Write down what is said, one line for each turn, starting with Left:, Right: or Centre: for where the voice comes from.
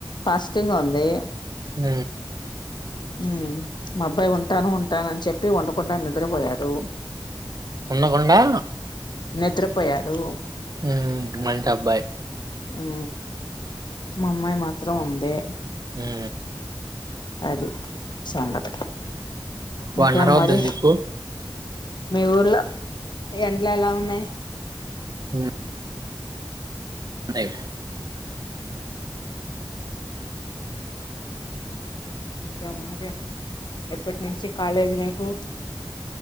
Left: ఫాస్టింగ్ గా ఉంది.
Right: ఉ
Left: ఉ మా అబ్బాయి ఉంటాను ఉంటాను, అని చెప్పి ఉండకుండా నిద్రపోయాడు.
Right: ఉన్నకుండా
Left: నిద్రపోయాడు,
Right: ఉ మంచి అబ్బాయి
Left: ఉ మా అమ్మాయి మాత్రం ఉంది.
Right: ఉ
Left: అది సంగతి
Right: వాణ్ణి
Left: ఇంకేం
Right: అరవద్దు
Left: మరి
Right: అని చెప్పు,
Left: మీ ఊర్లో ఎండ్లు ఎలా ఉన్నాయి.
Right: ఉ ఉన్నాయి
Left: ఇంకా మరి ఎప్పటి నుంచి కాలేజీలు, ఉ